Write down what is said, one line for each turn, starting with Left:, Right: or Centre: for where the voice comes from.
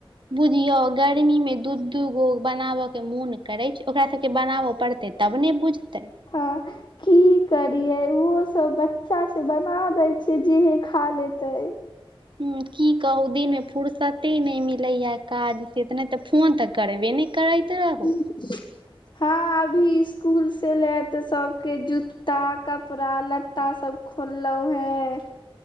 Right: बुझियौ गर्मी मे दू-दू गो बनाबय के मोन करै छै, ओकरा सबके के बनाबऽ पड़तै तब ने बुझतै।
Left: हँ। की करियै उंहो सब बच्चा छै, बना दै छियै जेहे खा लेतै।
Right: हम्म की कहू दिन मे फुर्सते नहि मिलैया काज से, त नहि त फोन तऽ करबे नहि करैत रहू।
Left: पुछियौ। हँ अभी स्कूल से ले ते सब के जूता, कपड़ा, लत ता सब खोललहुं हें,